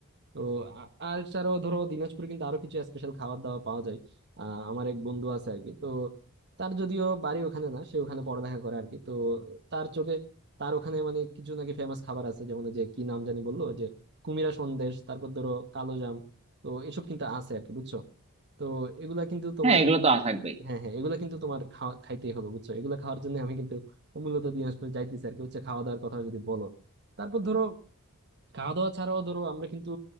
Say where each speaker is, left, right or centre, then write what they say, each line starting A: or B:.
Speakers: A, on the right (about 50°); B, on the right (about 30°).
A: তো আ- আর ছাড়াও ধরো দিনাজপুরে কিন্তু আরো কিছু স্পেশাল খাবার দাবার পাওয়া যায় আহ আমার এক বন্ধু আছে আর কি তো তার যদিও বাড়ি ওখানে না সে ওখানে পড়ালেখা করে আর কি তো তার চোখে তার ওখানে মানে কিছু নাকি ফেমাস খাবার আছে যেমন ওই যে কি নাম জানি বললো ওই যে কুমিরা সন্দেশ তারপর ধরো কালো জাম তো এসব কিন্তু আছে আর কি বুঝছো তো এগুলা কিন্তু তোমার
B: হ্যাঁ এগুলো তো থাকবেই
A: হ্যাঁ হ্যাঁ এগুলা কিন্তু তোমার খাওয়া খাইতেই হবে বুঝছো এগুলা খাওয়ার জন্য আমি কিন্তু মূলত দিনাজপুর যাইতেছি আর কি হচ্ছে খাওয়া দাওয়ার কথা যদি বলো তারপর ধরো খাওয়া দাওয়া ছাড়াও ধরো আমরা কিন্তু